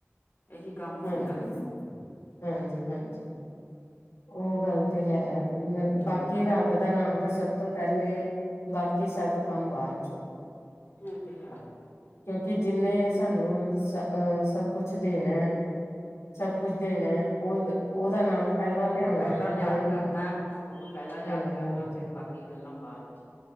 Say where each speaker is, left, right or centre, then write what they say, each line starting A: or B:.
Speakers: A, on the left; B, on the left.
A: ਇਹੀ ਕੰਮ ਹੁੰਦਾ।
B: ਹਾਂਜੀ ਹਾਂਜੀ ਹਾਂਜੀ ਉਹ ਗੱਲ ਤੇ ਹੈ।
A: ਹਮ
B: ਬਾਕੀ ਰੱਬ ਬ ਦਾ ਨਾਮ ਤਾਂ ਸਭ ਤੋਂ ਪਹਿਲੇ, ਬਾਕੀ ਸਭ ਕੰਮ ਬਾਅਦ'ਚੋਂ।
A: ਇਹ ਤੇ ਹੈ।
B: ਕਿਉਂਕਿ ਜਿੰਨੇ ਸਾਨੂੰ ਸ, ਅਹ ਸਭ ਕੁਛ ਦੇਣਾ ਸਭ ਕੁਛ ਦੇਣਾ ਐ, ਉਹ, ਉਹਦਾ ਨਾਮ ਪਹਿਲਾਂ
A: ਉਹਨੂੰ
B: ਤੇ ਆਵਾਂਗੇ
A: ਪਹਿਲਾਂ
B: ਤਾਂ
A: ਯਾਦ
B: ਹੀ
A: ਕਰਨਾ, ਉਹਨੂੰ ਪਹਿਲਾਂ ਯਾਦ
B: ਹਾਂਜੀ
A: ਕਰਨਾ।
B: ਹਾਂਜੀ
A: ਫਿਰ ਬਾਕੀ ਗੱਲਾਂ ਬਾਅਦ'ਚ,